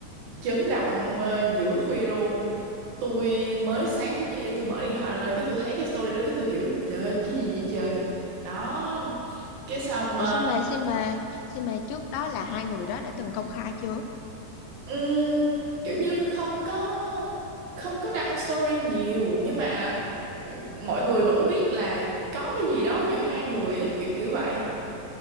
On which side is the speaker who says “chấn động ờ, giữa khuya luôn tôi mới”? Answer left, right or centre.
Right